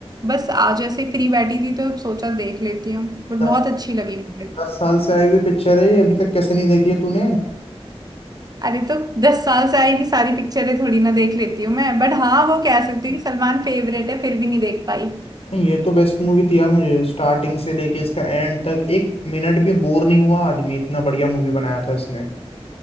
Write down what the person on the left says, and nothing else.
दस
दस साल से आई हुई पिक्चर है ये, अभी तक कैसे नहीं देखी है तूने
नहीं ये तो बेस्ट मूवी थी यार मुझे स्टार्टिंग से लेके इसका एंड तक एक मिनट भी बोर नहीं हुआ आदमी इतना बढ़िया मूवी बनाया था इसने